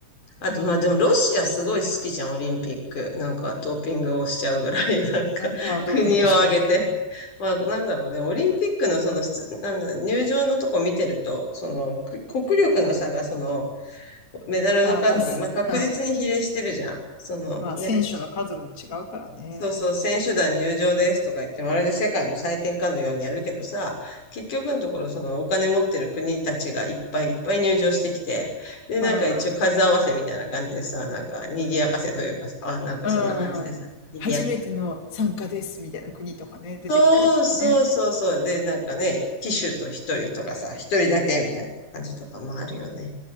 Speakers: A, on the left (about 65°); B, on the left (about 25°).
A: あと、
B: うん。
A: まあでもロシアすごい好きじゃん、オリンピック。なんかドーピングをしちゃうぐらい、なんか <laughs>
B: まあドーピングしちゃうから。
A: 国を挙げて。まあなんだろうね、オリンピックのその、すなんだ、入場のとこ見てると、そのく国力の差がそのメダルの数に、
B: ああ、まあ、すうん
A: まあ確実に比例してるじゃん。そのね、
B: まあ選手の数も違うからね。
A: そうそう、選手団入場ですとか言って、まるで世界の祭典かのようにやるけどさ、結局のところ、そのお金持ってる国たちがいっぱいいっぱい入場してきて、で、なんか一応数合わせみたいな感じでさ、
B: うん。
A: なんか賑やかせというかさ、あ、なんかそんな感じでさ、
B: うん。
A: 賑やか。
B: 初めての参加ですみたいな国とかね、出てきたりとかね。
A: そうそうそうそう。で、なんかね、騎手と一人とかさ、一人だけみたいな感じとかもあるよね。